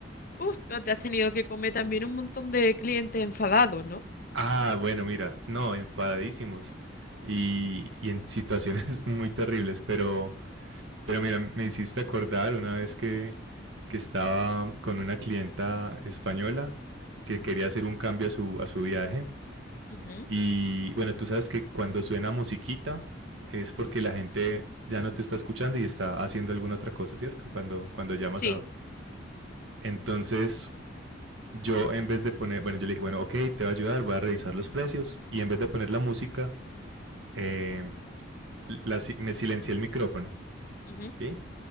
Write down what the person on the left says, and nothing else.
uf, tú te has tenido que comer también un montón de clientes enfadados, ¿no?
Ujú,
Sí.
ujú.